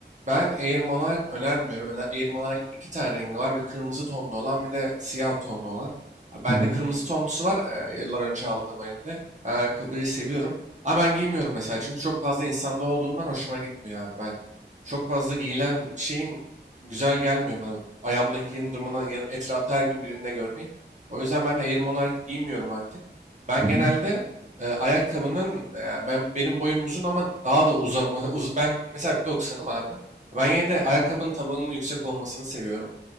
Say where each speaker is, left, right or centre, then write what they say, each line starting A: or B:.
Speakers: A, on the right; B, on the right.
A: ben Air Monarch önermiyorum. Öner Air Monarch'ın iki tane rengi var. Bir kırmızı tonlu olan bir de siyah tonlu olan. Ha, Bende
B: Hı hı.
A: kırmızı tonlusu var. e, Yıllar önce aldığım elimde. Ben ayakkabıyı seviyorum. Ama ben giymiyorum mesela. Çünkü çok fazla insanda olduğundan hoşuma gitmiyor abi. Ben çok fazla giyilen bir şeyin güzel gelmiyor bana. Ayağımdakinin durumundan ya- etrafta her gün birinde görmeyi. O yüzden ben de Air Monarch'ı giymiyorum artık. Ben
B: Hı hı.
A: genelde e, ayakkabının e, ben benim boyum uzun ama daha da uzama <laughs> uz- ben mesela 1.90'ım abi. Ben yine de ayakkabının tabanının yüksek olmasını seviyorum.